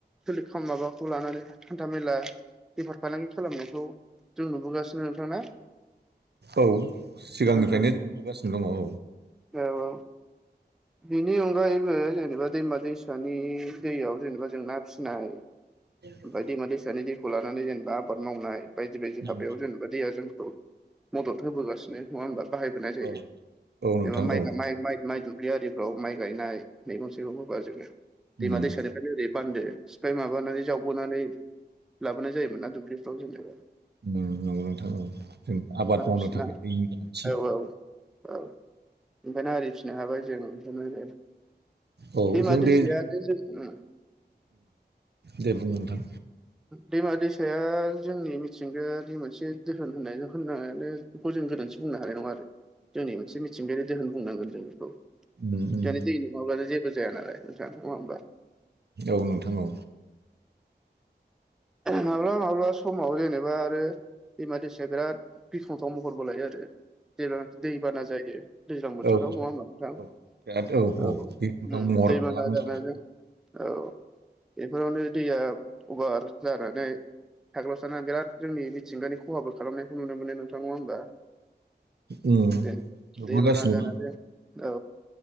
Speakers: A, in the centre; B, on the right (about 70°).
A: सोल माबाखौ लानानै हान्था मेला बेफार फालांगि खालामनायखौ जों नुबोगासिनो नोंथांना
B: औ सिगांनिफ्रायनो
A: उम उम
B: जों नुबोगासिनो दङ औ
A: औ औ बिनि अनगायैबो जेनेबा दैमा दैसा फसानि दैयाव जेनेबा जों ना फिसिनाय
B: <inaudible>
A: बायदि मा दैसानि दैखौ लानानै जेनेबा आबाद मावनाय बायदि बायदि
B: उम
A: हाबायाव जेनेबा दैया जोंखौ मदद होबोगासिनो नङा होनबा बाहायबोनाय जायो
B: औ
A: जेनेबा
B: औ नोंथां
A: माइ
B: औौ
A: माइ माइ माइ दुब्लि आरिफ्राव माइ गायनाय मैगं थाइगं होबा जोङो
B: उम
A: दैमा
B: उम
A: दैसानिफ्रायनो ओरै बान्दो सिफाय माबानानै जावबोनानै लाबोनाय जायोमोन ना दुब्लिफ्राव जेनेबा
B: <unintelligible> आबाद
A: ना
B: मावनो
A: फिसिना
B: थाखाय दैनि गोनांथि
A: औ औ औ ओंखायनो आरि फिसिनो हाबाय जों बेखौनो आरो
B: औ
A: दैमा
B: जों
A: दैसायानो
B: दे
A: जों
B: दे बुं नोंथां
A: दैमा दैसाया जोंनि मिथिंगाया मोनसे दोोन होननाय बेखौ जों गोरोन्थि बुंनो हानाय नङा आरो जोंनि मोनसे मिथिंगायारि दोहोन बुंनांगोन जों बेखौ
B: उम उम
A: बे ज दैनि नङाब्लाानो जेबो जाया नाल नोंथां नङा होनोमबा
B: औ नोंथां औ
A: माब्ला माब्ला समाव जेनेबा आरो दैमा दैसाया बिराद गिख्रंथाव महरबो लायो आरो जेबां दैबाना जायो दैज्लां बोथोराव
B: औ
A: नङा होमबा नोंथां
B: औ बिराद
A: औ
B: बे महर
A: दैबानाना
B: खालामो
A: जानायजों
B: औ
A: औ बेफोरावनो दैया उभार जानानै थाग्लबसानानै बिराद जोंनि जिंगानि खहााब खालामनायखौ नुनो मोनो नोंथां नङा होनोमबा
B: उम
A: द
B: नुबोगासिनो
A: दैब न जाना
B: दङ
A: द औ